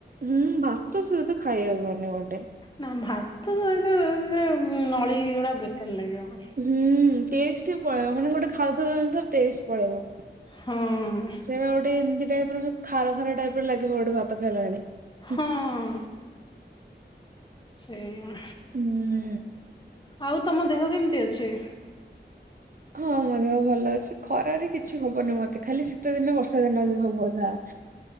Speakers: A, on the right; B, on the left.
A: ହୁଁ ଭାତ ସହିତ ଖାଇ ହବନି ଗୋଟେ,
B: ନ ଭାତ ସହିତ ଏଗୁଳା ନଳି ଗୁଡ଼ା ବେକାର୍ ଲାଗିବ,
A: ହୁଁ ଟେଷ୍ଟି ପଳେଇବ ମାନେ ଗୋଟେ ଖାଉଥିବ ଜିଷ ଟେଷ୍ଟ୍ ପଳେଇବ,
B: ହଁ,
A: ଏଗୁଳା ଗୋଟେ ଏମିତି ଟାଇପ୍ ର ବି ଖାର-ଖାର ଟାଇପ୍ ର ଲାଗିବ ଗୋଟେ ଭାତ ଖାଇଲା ବେଳେ
B: ହଁ
A: ହୁଁ,
B: ସେଇଆ,
A: ହୁଁ,
B: ଆଉ ତମ ଦେହ କେମିତି ଅଛି?
A: ହଁ ମୋ ଦେହ ଭଲ ଅଛି ଖରାରେ କିଛି ହବନି ମତେ ଖାଲି ସେ ଶିତ ଦିନ ବର୍ଷା ଦିନ ବି ହବ ଯା।